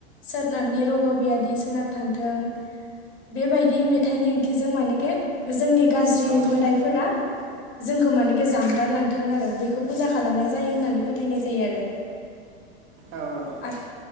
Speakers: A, on the left; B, on the right.
A: सोनाबनि रग' बियादि सोनाब थांथों बेबायदि मेथाइनि ओंथिजों माने के जोंनि गाज्रि
B: औ
A: मोदायफोरा जोंखौ मानेखि जानगारलांथों आरो बे खौ फुजा खालामनाय जायो होननानै फोथायनाय जायो आरो
B: औ औ।
A: आरो